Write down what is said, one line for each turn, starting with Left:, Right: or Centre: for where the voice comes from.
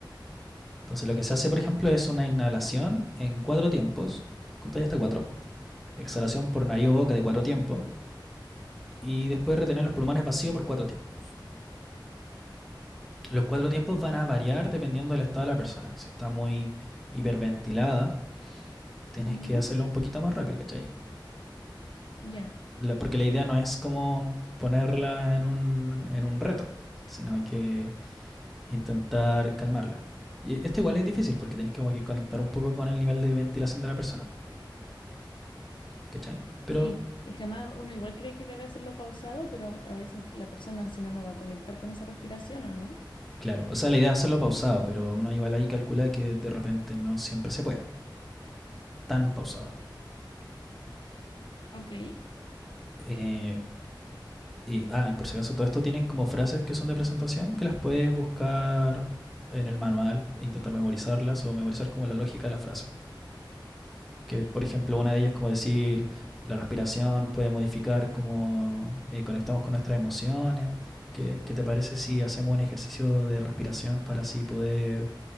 Centre: Entonces lo que se hace, por ejemplo, es una inhalación en cuatro tiempos, contáis hasta cuatro, exhalación por nariz o boca de cuatro tiempos y después retener los pulmones vacíos por cuatro tiempos. Los cuatro tiempos van
Left: ya.
Centre: a variar dependiendo del estado de la persona. Si está muy hiperventilada, tienes
Left: ujú,
Centre: que hacerlo un poquito más rápido, ¿cachai?
Left: Ya,
Centre: La- porque la idea no es como ponerla en un, en un reto, sino que intentar calmarla. Y esto igual es difícil porque tenés como que conectar un poco con el nivel de ventilación de la persona, po, ¿cachai? Pero
Left: sí. Es que además uno igual cree que debe hacerlo pausado, pero a veces la persona si no, no va a conectar con esa respiración o no.
Centre: claro, o sea, la idea es hacerlo pausado, pero uno igual ahí calcula que de repente no siempre se puede tan pausado.
Left: Ok.
Centre: Eh, y, ah, y por si acaso, todo esto tienen como frases que son de presentación que las puedes buscar en el manual e intentar memorizarlas o memorizar como la lógica de la frase. Que, por ejemplo, una de ellas es como decir, la respiración puede modificar cómo eh, conectamos con nuestras emociones. ¿Qué, qué te parece si hacemos un ejercicio de respiración para así poder